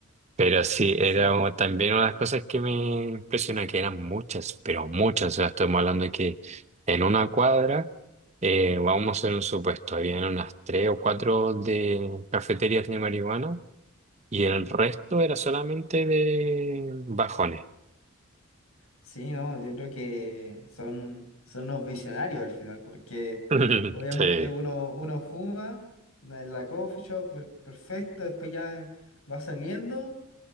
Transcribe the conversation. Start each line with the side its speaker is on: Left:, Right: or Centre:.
Right: Pero sí,
Left: Sí.
Right: era como también una de las cosas que me impresionó, que eran muchas, pero muchas. O sea, estamos hablando de que en una cuadra, eh, vamos en un supuesto, habían unas tres o cuatro de cafeterías de marihuana y el resto era solamente de bajones.
Left: Sí, no, yo creo que son, son unos visionarios al final, porque
Right: <laughs>
Left: obviamente
Right: Sí.
Left: uno, uno fuma en la coffee shop, per- perfecto, después ya va saliendo